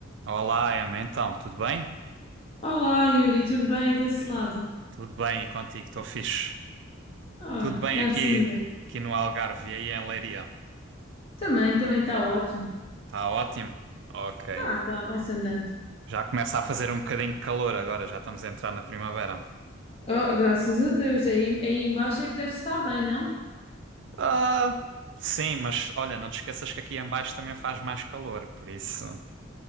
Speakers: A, on the right; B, on the left.
A: Olá, Emma. Então, tudo bem?
B: Olá, Yuri, tudo bem aí desse lado?
A: Tudo bem e contigo? Estou fixe.
B: Olha,
A: Tudo bem
B: é
A: aqui,
B: assim mesmo.
A: aqui no Algarve e aí em Leiria.
B: Também, também está ótimo.
A: Está ótimo? Ok.
B: Tá, tá, vai-se andando.
A: Já começa a fazer um bocadinho de calor agora, já estamos a entrar na primavera.
B: Oh, graças a Deus, aí, aí embaixo é que deve estar bem, não?
A: Ah, sim, mas olha, não te esqueças que aqui em baixo também faz mais calor, por isso.